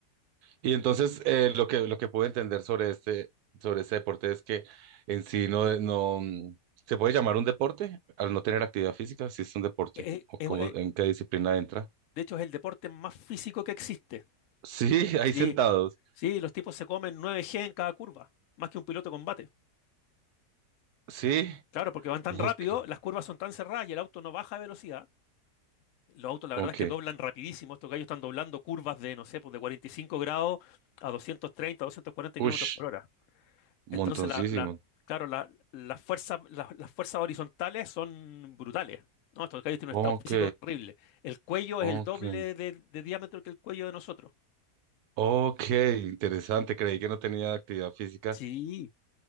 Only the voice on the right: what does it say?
Y entonces eh, lo que, lo que puedo entender sobre este, sobre este deporte es que en sí no, no mm, se puede llamar un deporte al no tener actividad física, si es un deporte,
o
cómo,
en qué disciplina entra.
Sí, <laughs> ahí
sentados.
Sí.
Ok,
ok.
Ush,
montoncísimo.
Ok,
ok.
Ok, interesante. Creí que no tenía actividad física.